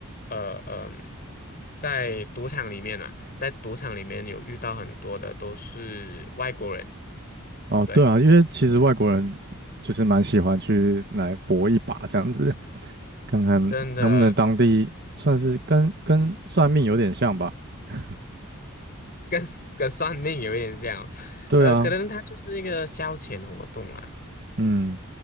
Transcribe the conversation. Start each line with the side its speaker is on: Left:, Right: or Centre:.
Left: 呃嗯、在赌场里面啊，在赌场里面有遇到很多的都是外国人，
Right: 哦，
Left: 对，
Right: 对啊，因为其实外国人就是蛮喜欢去来搏一把这样子，看看能不能当地算是跟跟算命有点像吧。
Left: 真的
Right: <laughs>
Left: 跟跟算命有一点像哦呃，
Right: 对啊，
Left: 可能它就是一个消遣活动啦。
Right: 嗯，